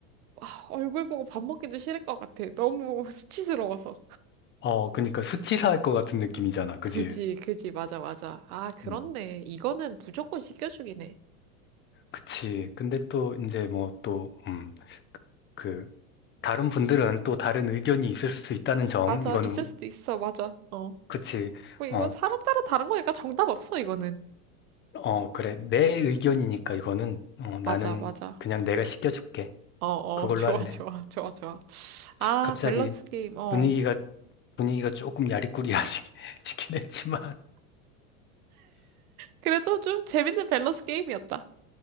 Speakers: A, on the right; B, on the left.
A: 아, 얼굴 보고 밥 먹기도 싫을 것 같아. 너무 <laughs> 수치스러워서.
B: 어, 그니까 수치사할 것 같은 느낌이잖아. 그지?
A: 그지, 그지, 맞아, 맞아. 아, 그렇네.
B: 음.
A: 이거는 무조건 시켜주긴 해.
B: 그치. 근데 또 이제 뭐 또, 음, 그, 다른 분들은 또 다른 의견이 있을 수 있다는 점,
A: 맞아,
B: 이거는,
A: 있을 수도 있어, 맞아. 어.
B: 그치.
A: 뭐, 이건
B: 어,
A: 사람 따라 다른 거니까 정답 없어, 이거는.
B: 어, 그래. 내 의견이니까 이거는, 어, 나는
A: 맞아, 맞아.
B: 그냥 내가 시켜줄게.
A: 어, 어,
B: 그걸로
A: <laughs> 좋아,
B: 할래.
A: 좋아, 좋아, 좋아. 아,
B: 갑자기
A: 밸런스 게임, 어.
B: 분위기가, 분위기가 조금 야리꾸리하시긴 <laughs> 했지만,
A: 그래도 좀 재밌는 밸런스 게임이었다.